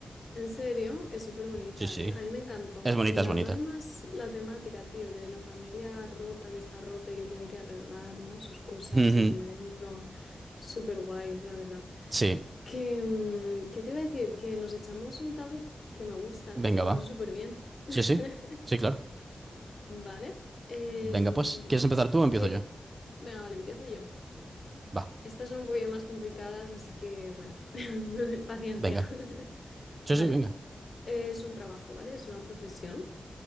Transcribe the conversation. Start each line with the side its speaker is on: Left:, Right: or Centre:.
Left: En serio, es súper bonita,
Right: Sí, sí.
Left: ¿eh? A mí me encantó.
Right: Es bonita,
Left: Me encantó
Right: es bonita.
Left: además la temática, tío, de la familia rota que está rota y que tiene que arreglar, ¿no? Sus cosas
Right: Ujú.
Left: desde dentro. Súper guay, la verdad.
Right: Sí,
Left: Que, mm, ¿qué te iba a decir? Que nos echamos un tabú, que me gusta,
Right: venga,
Left: me lo paso
Right: va.
Left: súper bien. <laughs>
Right: Sí, sí. Sí, claro.
Left: Vale. Eh,
Right: Venga,
Left: mm,
Right: pues. ¿Quieres empezar tú o empiezo
Left: que...
Right: yo?
Left: Venga, vale, empiezo yo.
Right: Va,
Left: Estas son un poquillo más complicadas, así que bueno, <laughs> paciencia.
Right: venga.
Left: <laughs>
Right: Sí,
Left: Vale.
Right: sí, venga.
Left: Es un trabajo, ¿vale? Es una profesión